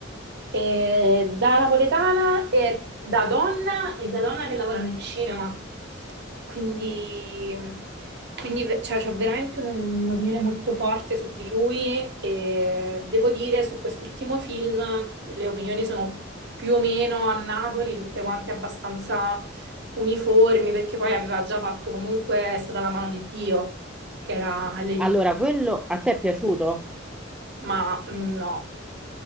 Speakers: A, on the right; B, in the centre.
A: E da napoletana e da donna e da donna che lavora nel cinema. Quindi, quindi ve- cioè, ho veramente un- un'opinione molto forte su di lui e devo dire su quest'ultimo film le opinioni sono più o meno a Napoli, tutte quante abbastanza uniformi, perché poi aveva già fatto comunque, è stata la mano di Dio che era all'inizio.
B: Allora, quello a te è piaciuto?
A: Ma mm, no,